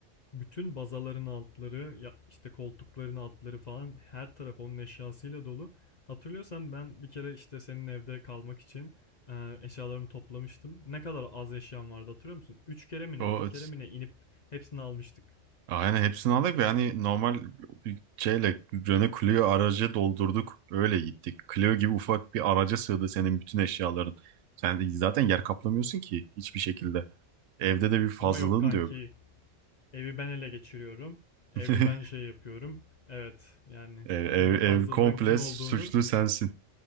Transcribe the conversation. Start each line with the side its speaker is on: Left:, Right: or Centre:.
Left: Bütün bazaların altları, ya işte koltukların altları falan her taraf onun eşyasıyla dolu. Hatırlıyorsan ben bir kere işte senin evde kalmak için e, eşyalarımı toplamıştım. Ne kadar az eşyam vardı hatırlıyor musun? 3 kere mi
Right: O,
Left: ne 2 kere mi ne inip hepsini almıştık.
Right: Aynen hepsini aldık ve hani normal bir şeyle Renault Clio aracı doldurduk. Öyle gittik. Clio gibi ufak bir araca sığdı senin bütün eşyaların. Sen zaten yer kaplamıyorsun ki hiçbir şekilde. Evde de bir fazlalığın
Left: Ama yok kanki
Right: da yok.
Left: evi ben ele geçiriyorum. Evi
Right: <laughs>
Left: ben şey yapıyorum. Evet yani
Right: Ev, ev,
Left: burada fazlalığın
Right: ev komple
Left: kim
Right: suçlu
Left: olduğunu
Right: sensin.